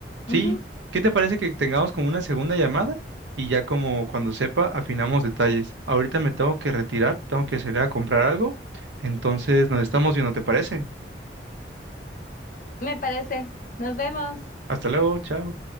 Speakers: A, on the right (about 85°); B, on the left (about 45°).
A: Sí,
B: Ujú,
A: ¿qué te parece que tengamos como una segunda llamada? Y ya como cuando sepa, afinamos detalles. Ahorita me tengo que retirar, tengo que salir a comprar algo. Entonces nos estamos viendo, ¿te parece?
B: Me parece. Nos vemos.
A: Hasta luego, chao.